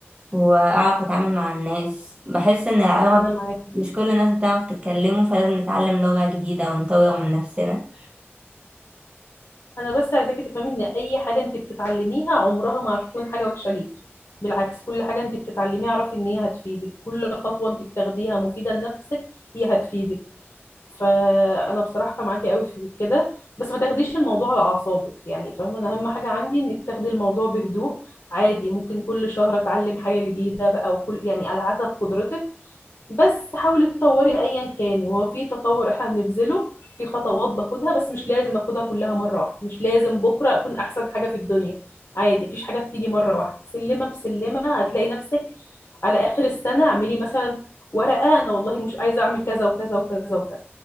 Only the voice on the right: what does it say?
واعرف اتعامل مع الناس بحس ان العربي
مش
كل الناس بتعرف تتكلمه فلازم نتعلم لغه جديده ونطور من نفسنا